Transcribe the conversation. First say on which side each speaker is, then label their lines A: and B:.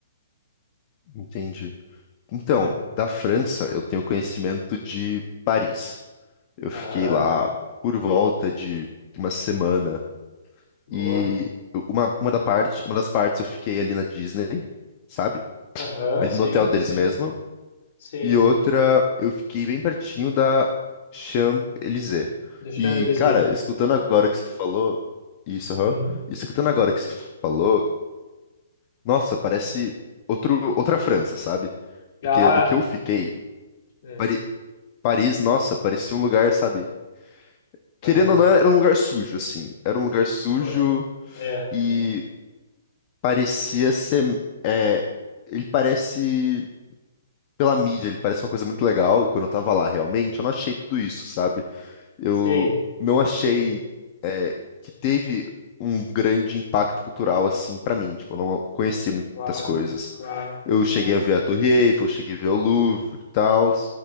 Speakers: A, on the left (about 25°); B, on the left (about 45°).
A: Entendi. Então,
B: É,
A: da França, eu tenho conhecimento de Paris. Eu fiquei
B: aham,
A: lá por volta de uma semana
B: boa.
A: e uma, uma da parte, uma das partes eu fiquei ali na Disney, sabe?
B: Aham,
A: Ali
B: sim,
A: no hotel deles
B: sim,
A: mesmo.
B: sim.
A: E outra, eu fiquei bem pertinho da Champs-Élysées.
B: Deixando
A: E,
B: eu dizer.
A: cara, escutando agora que você falou, isso,
B: Uhum.
A: aham, e escutando agora que você falou, nossa, parece outro, outra França, sabe? Porque
B: Ah,
A: do que eu fiquei,
B: é,
A: Pari- Paris, nossa, parecia um lugar, sabe? Querendo
B: aham,
A: ou não, era um lugar sujo, assim. Era um lugar sujo
B: pois. É,
A: e
B: é.
A: parecia ser. é, ele parece. Pela mídia, ele parece uma coisa muito legal, e quando eu tava lá, realmente, eu não achei tudo isso, sabe? Eu
B: Sim,
A: não achei
B: sim,
A: que teve um grande impacto cultural assim pra mim. Tipo, eu não conheci muitas
B: claro,
A: coisas.
B: claro,
A: Eu cheguei
B: claro.
A: a ver a Torre Eiffel, cheguei a ver o Louvre e tal,